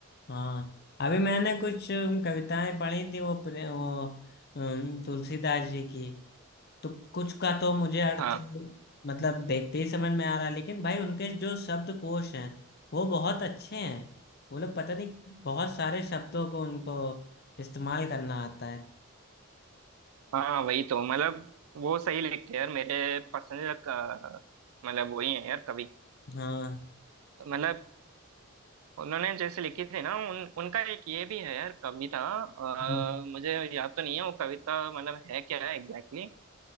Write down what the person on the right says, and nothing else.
हाँ
हाँ वही तो मतलब वो सही लिखते हैं यार मेरे पसंदीदा क- मतलब वही है यार कवि
मतलब उन्होंने जैसे लिखी थी ना उन उनका एक ये भी है यार कविता
अ, मुझे याद तो नहीं है वो कविता मतलब है क्या है एग्जैक्टली exactly।